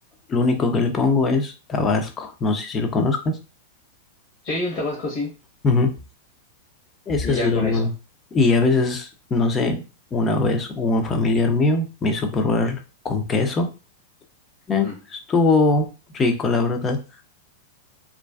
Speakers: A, on the left; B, on the left.
A: lo único que le pongo es tabasco, no sé si lo conozcas.
B: Sí, el Tabasco sí.
A: Ujú. Ese
B: Y
A: es
B: ya
A: lo
B: con
A: lo
B: eso.
A: único. Y a veces, no sé, una vez un familiar mío me hizo probarlo con queso. Eh,
B: Ujú.
A: estuvo rico, la verdad.